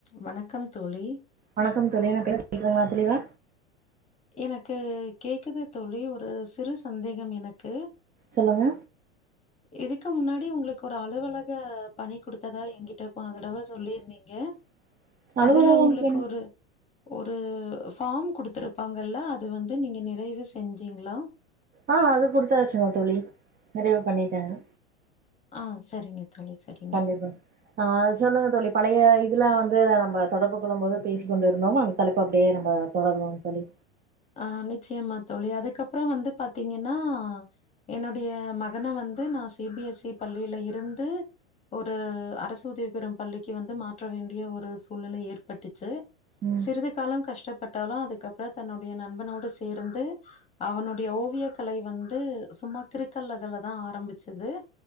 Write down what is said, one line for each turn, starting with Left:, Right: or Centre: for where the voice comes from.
Left: வணக்கம் தோழி
Right: வணக்கம் தோழி நா <inaudible> கேக்குதுங்களா தெளிவா
Left: எனக்கு கேக்குது தோழி ஒரு சிறு சந்தேகம் எனக்கு
Right: சொல்லுங்க
Left: இதுக்கு முன்னாடி உங்களுக்கு ஒரு அலுவலக பணி குடுத்ததா என்கிட்ட போன தடவ சொல்லியிருந்தீங்க
Right: <inaudible>
Left: அதுல உங்களுக்கு
Right: பணி
Left: ஒரு ஒரு ஃபார்ம் குடுத்துருப்பாங்கல்ல அது வந்து நீங்க நிறைவு செஞ்சீங்களா
Right: ஆ அது குடுத்தாச்சுங்க தோழி நிறைவு பண்ணிட்டேங்க
Left: ஆ செரிங்க தோழி செரி
Right: கண்டிப்பா ஆ சொல்லுங்க தோழி பழைய இதுல வந்து நம்ப தொடர்பு கொள்ளும் போது பேசிக் கொண்டிருந்தோம் தலைப்பு அப்படியே நம்ப தொடருவோம் தோழி
Left: ஆ நிச்சயமா தோழி அதுக்கப்பறோ வந்து பாத்தீங்கன்னா என்னுடைய மகன வந்து நா சி பி எஸ் சி பள்ளியில இருந்து ஒரு அரசு உதவி பெறும் பள்ளிக்கு வந்து மாற்ற வேண்டிய ஒரு சூழ்நிலை ஏற்பட்டுச்சு
Right: ம்
Left: சிறிது காலம் கஷ்டப்பட்டாலு அதுக்கப்பறோ தன்னுடைய நண்பனோடு சேர்ந்து அவனுடைய ஓவிய கலை வந்து சும்மா கிருக்கல் இதுல தா ஆரம்பிச்சுது